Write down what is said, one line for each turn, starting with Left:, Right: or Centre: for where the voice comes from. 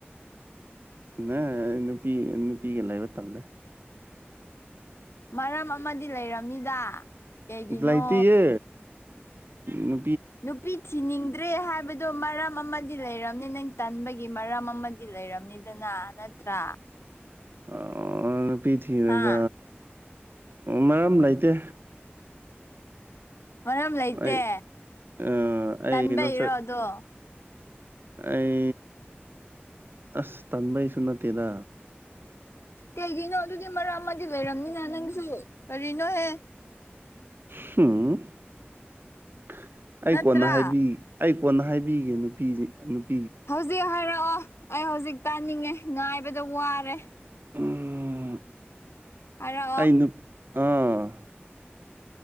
Right: ꯅꯥ ꯅꯨꯄꯤ ꯅꯨꯄꯤꯒ ꯂꯩꯕ ꯇꯜꯂꯦ
Left: ꯃꯔꯝ ꯑꯃꯗꯤ ꯂꯩꯔꯝꯅꯤꯗ ꯀꯩꯒꯤꯅꯣ
Right: ꯂꯩꯇꯤꯌꯦ ꯅꯨ
Left: ꯅꯨꯄꯤ ꯊꯤꯅꯤꯡꯗ꯭ꯔꯦ ꯍꯥꯏꯕꯗꯣ ꯃꯔꯝ ꯑꯃꯗꯤ ꯂꯩꯔꯝꯅꯤ ꯅꯪ ꯇꯟꯕꯒꯤ ꯃꯔꯝ ꯑꯃꯗꯤ ꯂꯩꯔꯝꯅꯤꯗꯅ ꯅꯠꯇ꯭ꯔꯥ
Right: ꯑꯥ ꯅꯨꯄꯤ ꯊꯤꯔꯒ
Left: ꯍꯥ
Right: ꯃꯔꯝ ꯂꯩꯇꯦ
Left: ꯃꯔꯝ ꯂꯩꯇꯦ
Right: ꯑꯩ ꯑ ꯑꯩ
Left: ꯇꯟꯕꯩꯔꯣ
Right: ꯀꯩꯅꯣ ꯆꯠ
Left: ꯑꯗꯣ
Right: ꯑꯩ ꯑꯁ ꯇꯟꯕꯩꯁꯨ ꯅꯠꯇꯦꯗ
Left: ꯀꯩꯒꯤꯅꯣ ꯑꯗꯨꯒꯤ ꯃꯔꯝ ꯑꯃꯗꯤ ꯂꯩꯔꯝꯅꯤꯅ ꯅꯪꯁꯨ ꯀꯔꯤꯅꯣꯍꯦ꯫
Right: <unintelligible> ꯑꯩ
Left: ꯅꯠꯇ꯭ꯔꯥ
Right: ꯀꯣꯟꯅ ꯍꯥꯏꯕꯤ ꯑꯩ ꯀꯣꯟꯅ ꯍꯥꯏꯕꯤꯒꯦ ꯅꯨꯄꯤꯗꯤ
Left: ꯍꯧꯖꯤꯛ ꯍꯥꯏꯔꯛꯑꯣ ꯑꯩ ꯍꯧꯖꯤꯛ ꯇꯥꯅꯤꯡꯉꯦ ꯉꯥꯏꯕꯗ ꯋꯥꯔꯦ
Right: ꯎꯝ
Left: ꯍꯥꯏꯔꯛꯑꯣ
Right: ꯑꯩ ꯅꯨ ꯑꯥ